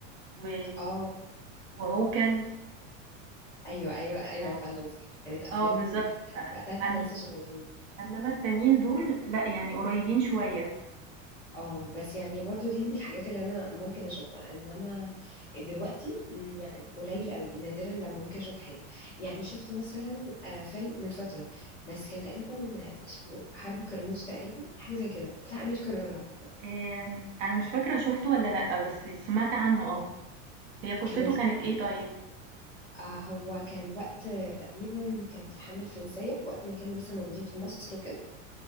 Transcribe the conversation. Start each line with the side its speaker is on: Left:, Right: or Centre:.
Right: و
Left: اه
Right: وعوكل
Left: ايوه ايوه ايوه
Right: ف
Left: فعلا صح كانت افلام
Right: آه بالضبط
Left: كانت وقتها واحنا
Right: أن
Left: لسه صغيرين
Right: إنما التانيين دول لأ، يعني قريبين شوية.
Left: اه بس يعني برضو دي من الحاجات اللي انا ممكن اشوفها انما دلوقتي مم، يعني قليل قوي نادرا لما ممكن اشوف حاجه يعني شفت مثلا آه، فيلم من فتره بس كان تقريبا اسمه حرب كرموز تقريبا حاجه زي كده بتاع امير كرارة
Right: آمم، أنا مش فاكرة شُفته والّا لأ، بس سمعت عنه آه. هي قصته
Left: كان لذيذ
Right: كانت
Left: يعني
Right: إيه طيب؟
Left: آه هو كان وقت تقريبا كانت الحملة الفرنسية وقت ما كانوا لسه موجودين في مصر وكده